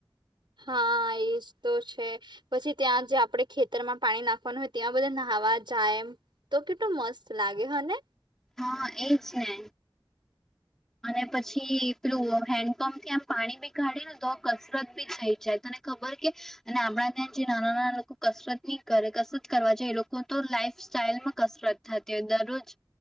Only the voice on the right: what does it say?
હા એજ તો છે પછી ત્યાં જે આપડ ખેતરમાં પાણી નાખવાનું હોય ત્યાં બધા નહાવા જાય એમ તો કેટલું મસ્ત લાગે હને